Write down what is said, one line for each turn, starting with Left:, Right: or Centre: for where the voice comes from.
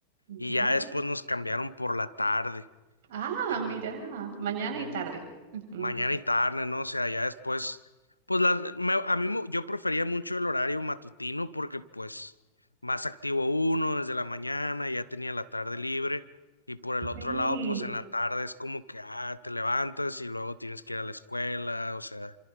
Right: ujú.
Left: y ya después nos cambiaron por la tarde.
Right: Ah,
Left: Eh,
Right: mira, mañana
Left: Sí,
Right: y tarde.
Left: sí.
Right: Ujú.
Left: Mañana y tarde, ¿no? O sea, ya después, pues las, me- a mí mu- yo prefería mucho el horario matutino porque pues más activo uno desde la mañana, ya tenía la tarde libre y por el otro
Right: Sí,
Left: lado, pues en la tarde es como que, ah, te levantas y luego tienes que ir a la escuela, o sea,